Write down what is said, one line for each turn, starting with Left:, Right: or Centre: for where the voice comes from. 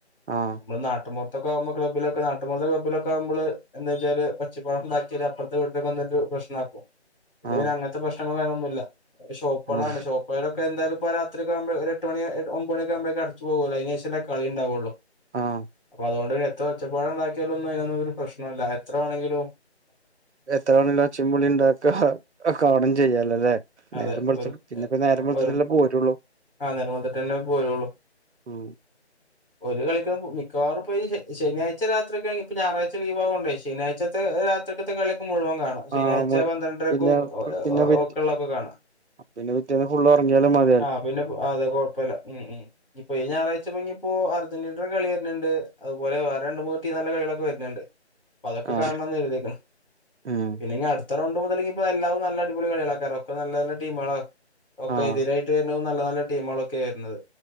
Right: ആ
Left: നമ്മള് നാട്ടുംപൊർ ത്തൊക്കെ ആകുമ്പോ ക്ലബ്ബിലൊക്കെ നാട്ടുംപൊറത്തെ ക്ലബ്ബിലൊക്കാകുമ്പള് എന്താച്ചാല് ഒച്ചപ്പാട്ണ്ടാക്കിയാല് അപ്പർത്തെ വീട്ട്ക്കെ വന്ന്ട്ട് പ്രശ്നാക്കും ഇത്
Right: ആഹ്
Left: പിന്നങ്ങൻത്തെ പ്രശ്നങ്ങളും കാര്യങ്ങളൊന്നുംല്ല ഷോപ്പേളാണ്
Right: ആഹ്
Left: ഷോപ്പേളൊക്കെ എന്തായാലും ഇപ്പോ രാത്രി ഒക്കെ ആകുമ്പോള് ഒര് എട്ട് മണി ഒമ്പണിക്കെ ആകുമ്പഴേക്കും അടച്ച് പോവോല്ലോ അയ്നേഷല്ലേ കളിണ്ടാവുള്ളൂ
Right: ആഹ്
Left: അപ്പൊ അതോണ്ട് പിന്നെ എത്ര ഒച്ചപ്പാട്ണ്ടാക്കിയാലൊന്നും അയ്നൊന്നും ഒരു പ്രശ്നോല്ല എത്ര വേണങ്കിലും
Right: എത്ര വാണങ്കിലും ഒച്ചിം ബുളീംണ്ടാക്ക കാണും ചെയ്യാലല്ലോ ലെ
Left: അതെ
Right: നേരംവെൾത്ത്
Left: ഒരു
Right: പിന്നെപ്പ നേരം രം വെളുത്തിട്ടല്ലേ
Left: ഒരു
Right: പോരൊ
Left: ആ ഞങ്ങളട്ടന്നെ പോരുള്ളു
Right: ഉം
Left: ഒരു കളിയൊക്കെ മിക്കവാറും പോയി ശനിയാഴ്ച രാത്രിയൊക്കെണെങ്കി ഇപ്പ ഞാറാഴ്ച ലീവ് ആവോണ്ടേ ശനിയാഴ്ചത്തെ രാത്രിക്കത്തൊക്കെ കളിഒക്കെ മുഴുവൻ കാണാ ശനിയാഴ്ച
Right: ആഹ് മ്
Left: പന്ത്രണ്ടരക്കും
Right: പിന്നെ പിന്നെ പിറ്റ്
Left: ഒക്കെള്ളതൊക്കെ കാണാ
Right: പിന്നെ പിറ്റേന്ന് ഫുളള് ഒറങ്ങിയാലും മതി
Left: ആ പിന്നെ അതെ കൊഴപ്പല്ല ഉം ഉം ഇഞ്ഞിപ്പൊ ഈ ഞാറാഴ്ചപ്പൊഞ്ഞിപ്പൊ അർ ജന്റിനന്റെ കളി വര്ന്ന്ണ്ട് അതുപോലെ വേറെ രണ്ട് മൂന്ന് ടീ നല്ല കളികളൊക്കെ വര്ന്ണ്ട് അപ്പൊ അതൊക്കെ
Right: ആഹ്
Left: കാണണംന്ന് കരുതീകുണു
Right: ഉം
Left: പിന്നെ ഇഞ്ഞി അട് അത്ര ഉണ്ട് മുതലെങ്കി ഇ എല്ലാവും ത്ത റൗണ്ട് മുതലിഞ്ഞിപ്പോ എല്ലാതും നല്ല അടിപൊളി കളികളാക്കാരം ഒക്കെ നല്ല നല്ല ടീമേളാവും ഒക്കെ
Right: ആഹ്
Left: എതിരായി വര്ന്നതും നല്ല നല്ല ടീമേളൊക്കെ വര്നത്